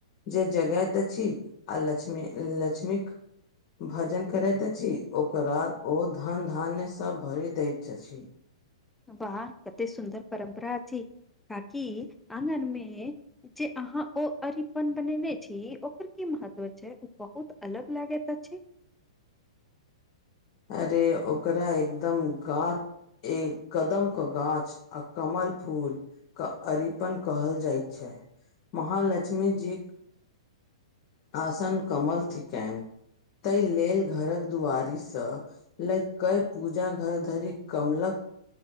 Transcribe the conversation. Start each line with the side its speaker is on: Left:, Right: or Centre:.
Left: जे जगैत अछि आ लक्ष्मी लक्ष्मीक भजन करैत अए। जे औकरा धन धान्य सब भरि दैत छथि।
Centre: वाह कते सुन्दर परम्परा थिक काकि आगन मे। जे अहाँ ओ अरिपन बनेने छी ओकर की महत्व छै ओ बहुत अलग लागैत अछि।
Left: अरे ओकरा एकदम गा। एक कदम क गाछ आ कमल फूल। क अरिपन कहल जाइत छै महालक्ष्मी जी। आसन कमल थिकनि ताहि लेल घरक दुआरिसँ। लै कय पूजा घर धरि कमलक।